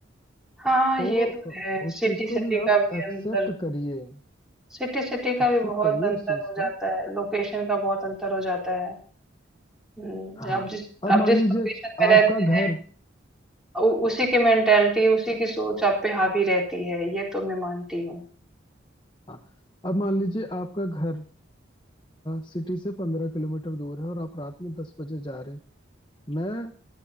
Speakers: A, in the centre; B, on the left.
A: हाँ
B: तो
A: ये तो है
B: उस
A: सिटी
B: चीज
A: सिटी
B: को भी आप
A: का भी
B: एक्सेप्ट
A: अंतर
B: करिए
A: सिटी सिटी का
B: एक्सेप्ट
A: भी बहुत
B: करिए
A: अंतर
B: उस चीज
A: हो जाता
B: को
A: है लोकेशन का बहुत अंतर हो जाता है हम्म,
B: हाँ
A: आप जिस
B: अब
A: आप
B: मान
A: जिस
B: लीजिए
A: लोकेशन में
B: आपका
A: रहते
B: घर
A: हैं उ, उसी की मेंटेलिटी उसी की सोच आप पे हावी रहती है ये तो मैं मानती हूँ
B: हाँ अब मान लीजिए आपका घर सिटी से पंद्रह किलोमीटर दूर है और आप रात में दस बजे जा रहे हैं मैं